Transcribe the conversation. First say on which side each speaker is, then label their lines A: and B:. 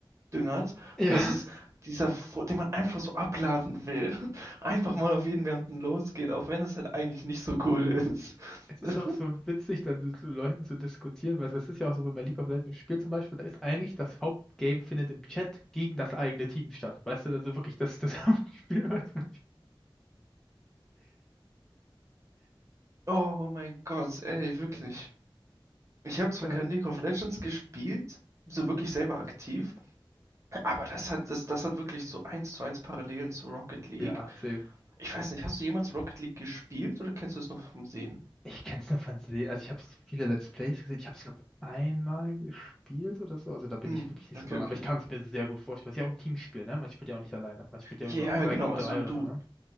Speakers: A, on the right; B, in the centre.
A: düngert,
B: Ja.
A: dass es dieser, Fu- den man einfach so abladen will, <laughs> einfach mal auf jeden Menschen losgehen, auch wenn das halt eigentlich nicht so cool ist.
B: Es ist
A: <laughs>
B: auch so witzig, dann mit so Leuten zu diskutieren, weil es ist ja auch so, wenn man League of Legends spielt zum Beispiel, da ist eigentlich das Hauptgame findet im Chat gegen das eigene Team statt. Weißt du, also wirklich, das ist das <laughs> Hauptspiel, was man
A: Oh mein Gott, ey, wirklich. Ich habe zwar
B: spielt.
A: kein League of Legends gespielt, so wirklich selber aktiv, aber das hat, das, das hat wirklich so eins zu eins Parallelen zu Rocket League.
B: Ja, safe.
A: Ich weiß nicht, hast du jemals Rocket League gespielt oder kennst du es nur vom Sehen?
B: Ich kenn's nur von Sehen, also ich habe viele Let's Plays gesehen, ich habe es, glaube einmal gespielt oder so, also da bin
A: Hm,
B: ich wirklich nicht
A: okay,
B: so dran,
A: okay.
B: aber ich kann es mir sehr gut vorstellen. weil Es ist ja auch ein Teamspiel, ne? Man spielt ja auch nicht alleine, man spielt ja
A: Ja,
B: irgendwie auch 3
A: ja, genau,
B: gegen
A: also
B: 3
A: du,
B: oder so, ne?